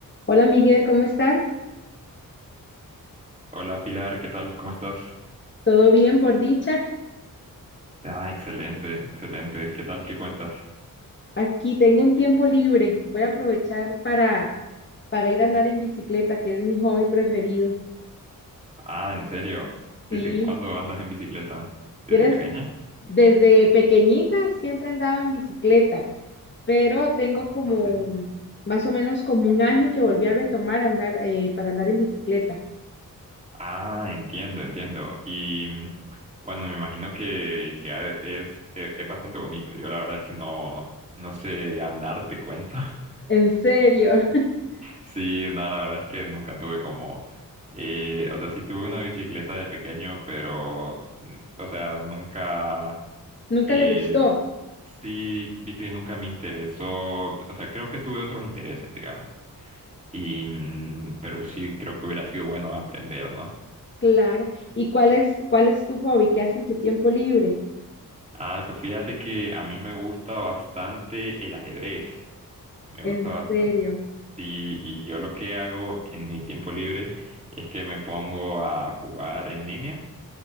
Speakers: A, on the left; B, on the right.
A: Hola Miguel, ¿cómo está?
B: Hola Pilar, ¿qué tal? ¿Cómo estás?
A: ¿Todo bien por dicha?
B: Ah, excelente, excelente. ¿Qué tal? ¿Qué cuentas?
A: Aquí tengo un tiempo libre. Voy a aprovechar para, para ir a andar en bicicleta, que es mi hobby preferido.
B: Ah, en serio. ¿Desde
A: Sí,
B: cuándo andas en bicicleta? ¿Desde
A: vieras,
B: pequeña?
A: desde pequeñita siempre andaba en bicicleta, pero tengo
B: Ah,
A: como
B: Ok.
A: mm, más o menos como un año que volví a retomar andar eh, para andar en bicicleta.
B: Ah, entiendo, entiendo. Y mm, bueno, me imagino que, que ha- es, e- es, bastante bonito. Yo la verdad es que no, no sé andar, te cuento. <laughs>
A: En serio, <laughs>
B: Sí, nada, la verdad es que nunca tuve como, eh, o sea, sí tuve una bicicleta de pequeño, pero, mm, o sea, nunca,
A: nunca
B: eh,
A: le gustó.
B: sí, viste, nunca me interesó, o sea, creo que tuve otros intereses, digamos, y, mm, pero sí creo que hubiera sido bueno aprender, ¿no?
A: Claro. ¿Y cuál es, cuál es tu hobby? ¿Qué haces en tu tiempo libre?
B: Ah, pues fíjate que a mí me gusta bastante el ajedrez, me
A: En
B: gusta bastante,
A: serio.
B: sí, y yo lo que hago en mi tiempo libre es que me pongo a jugar en línea.